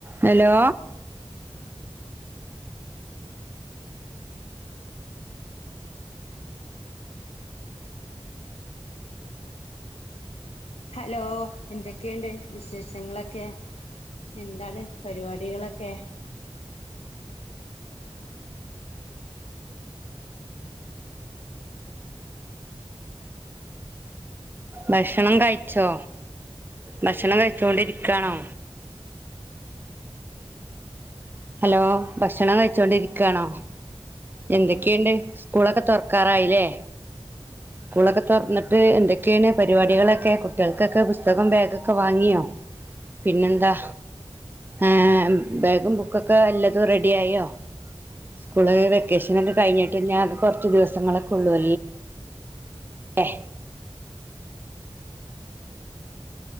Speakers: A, on the right; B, on the left.
A: ഹലോ
B: ഹലോ എന്തെ കെ വിശേഷങ്ങളൊക്കെ എന്താണ് പരുപാടികളൊക്കെ
A: ഭക്ഷണം കഴിച്ചോ ഭക്ഷണം കഴിച്ചോണ്ട് ഇരിക്കാണോ ഹലോ ഭക്ഷണം കഴിച്ചോണ്ട് ഇരിക്കാണോ എന്തൊക്കെ ഉണ്ട് സ്കൂൾ ഒക്കെ തുറക്കാറായി ഇല്ലേ സ്കൂളൊക്കെ തുറന്നിട്ട്‌ എന്തൊക്കെ ആണ് പരിപാടികളൊക്കെ കുട്ടികൾക്കൊക്കെ പുസ്തകോം ബാഗൊക്കെ വാങ്ങിയോ പിന്നെന്താ എ ബാഗും ബുക്കൊക്കെ എല്ലതും റെഡി ആയോ സ്കൂള് വെക്കേഷൻ ഒക്കെ കഴിഞ്ഞിട്ടും ഞാൻ കുറച്ച് ദിവസങ്ങളൊക്കെ ഉള്ളു ഏ